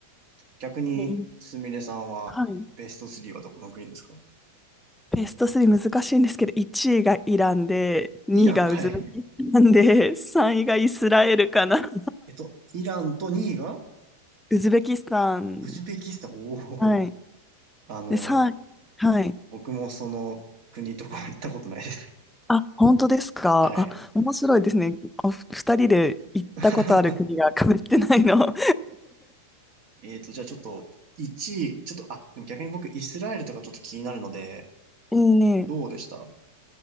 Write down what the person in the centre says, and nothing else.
ええ
はい。
ベスト3難しいんですけど、1位がイランで、2位がウズベキスタンで、
3位がイスラエルかな。
ウズベキスタン。
はい。
で、3はい。
あ、本当ですか。
あ、面白いですね。お、2人で行ったことある国が被ってないの。
<laughs>
ええ